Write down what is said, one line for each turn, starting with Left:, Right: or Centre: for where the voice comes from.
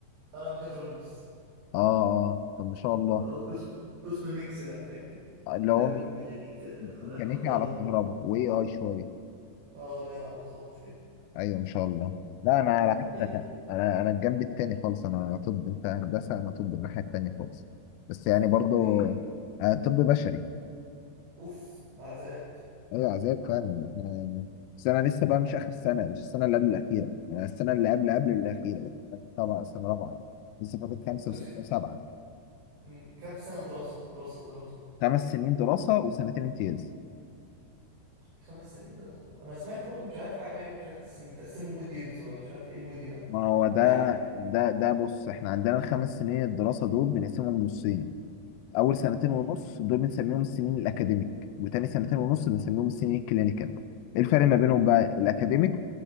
Right: انا ميكاترونكس
Left: اه اه طب ما شاء الله
Right: اه قسم قسم ميكس بقى فاهمني
Left: اللي
Right: لم
Left: هو مي-
Right: ميكانيكا
Left: ميكانيكا
Right: على كهرباء
Left: على كهرباء واي اي شويه
Right: اه جدع بالظبط كده
Left: ايوه ما شاء الله لا انا على
Right: فالدنيا
Left: عكسك انا انا الجنب التاني خالص انا طب انت هندسه انا طب الناحيه التانيه خالص بس يعني برضو
Right: طب ايه
Left: آه طب بشري
Right: اوف ده عذاب
Left: ايوه عذاب فعلا احنا بس انا لسه بقى مش اخر السنه مش السنه اللي قبل الاخيره انا السنه اللي قبل قبل الاخيره طبعا سنه رابعه لسه فاضل خمسه
Right: تس...
Left: وسته وسبعه
Right: مم، كام سنة دراسة دراسة دراسة
Left: خمس سنين دراسه وسنتين امتياز
Right: خمس سنين دراسة وانا سمعت برضو مش عارف حاجة غريبة مش عارف تس- متقسموا موديولز ولا مش عارف ايه الموديول
Left: ما هو ده
Right: حاجة كده
Left: ده ده بص احنا عندنا الخمس سنين الدراسه دول بنقسمهم نصين اول سنتين
Right: مم،
Left: ونص دول بنسميهم السنين الاكاديميك وتاني سنتين ونص بنسميهم السنين الكلينيكال ايه الفرق ما بينهم بقى الاكاديميك